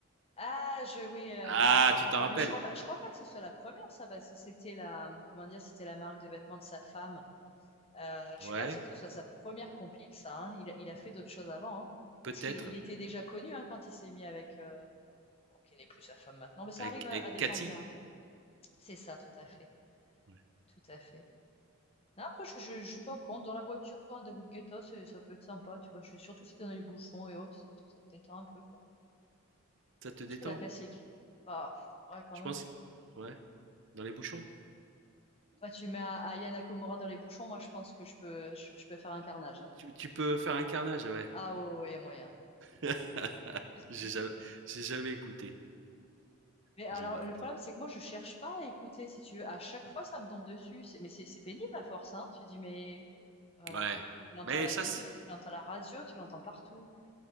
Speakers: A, on the left (about 30°); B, on the right (about 60°).
A: Ah, je, oui, euh,
B: Ah,
A: avec des croix, croix,
B: tu t'en
A: croix.
B: rappelles?
A: Mais je crois pas, je crois pas que ce soit la première, ça, parce que c'était la, comment dire, c'était la marque de vêtements de sa femme. Euh, je
B: Ouais,
A: suis pas sûre que ce soit sa première compile, ça. hein. Il, a- il a fait d'autres choses avant. hein.
B: peut-être.
A: Parce qu'il il était déjà connu hein, quand il s'est mis avec, euh, bon, qui n'est plus sa femme maintenant. Mais ça
B: Avec,
A: arrive à
B: avec
A: à des
B: Cathy.
A: gens bien. C'est ça, tout à fait.
B: Ouais.
A: Tout à fait. Non, Après, je, je, je suis pas contre. Dans la voiture, quoi, David Guetta, c'est- ça peut être sympa, tu vois. Je, surtout si t'es dans les bouchons et autres, ça, ça te détend un peu, quoi.
B: Ça te
A: Plus
B: détend?
A: que la classique. Bah, pff, ouais, quand
B: Je
A: même.
B: pense. Ouais, dans les bouchons.
A: Enfin, tu mets A- Aya Nakamura dans les bouchons, moi, je pense que je peux, je, je peux faire un carnage. hein.
B: Tu, tu peux faire un carnage, ouais.
A: Ah ouais, ouais, il y a moyen.
B: <laughs>
A: <laughs>
B: J'ai jamais, j'ai jamais écouté.
A: Mais alors,
B: J'ai jamais écouté.
A: le problème, c'est que moi, je cherche pas à écouter, si tu veux. À chaque fois, ça me tombe dessus. C'est- Mais c'est c'est pénible à force, hein. Tu dis, mais euh, voilà.
B: Ouais.
A: Tu l'entends
B: Mais
A: à la
B: ça,
A: télé,
B: c'est,
A: tu l'entends à la radio, tu l'entends partout.